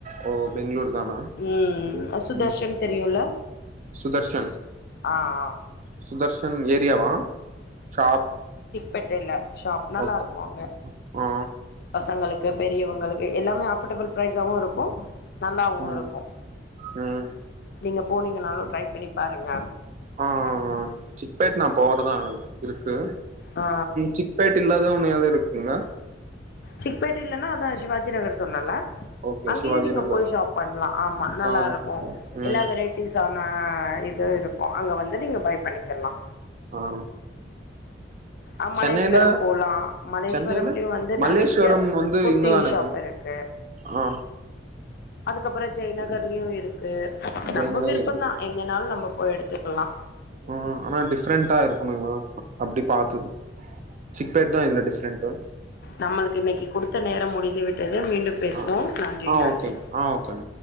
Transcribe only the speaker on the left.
ம் சுதர்ஷன்
தெரியுல
ஆ அ
பெட் இல்ல ஷாப் நல்லா
இருக்கு அங்க
பசங்களுக் பெரியவங்களுக்கு எல்லாமே அஃபோர்டபிள் பிரைஸாவு இருக்கு நல்லாவு
இருக்கு
நீங்க போனிங்கனாலு ட்ரை பண்ணி பாருங்க
ஆ
சிக்பெட் இல்லன்னா அதா சிவாஜி நகர் சொன்னல்ல
அங்கயு
நீங்க
போய் ஷாப் பண்லா ஆமா நல்லா
இருக்கு
எல்லா வெரைட்டிஸ் ஆ இது இருக்கு அங்க வந்து நீங்க பை பண்ணிக்கிர்லா
அ மல்லேஸ்வரம்
போலா மல்லேஸ்வரம்லயு
வந்து
நெறைய
குர்த்தி
ஷாப் இருக்கு
அதுக்கப்பற ஜெய்நகர்லயு இருக் கு
நம்ப விருப்பந்தா
எங்கேனாலு நம்ப போய் எடுத்துக்கலா
நம்மளுக்கு இன்னைக்கு குடுத்த நேரம் முடிந்து விட்டது மீண்டும் பேசுவோம்
நன்றி
நன்றி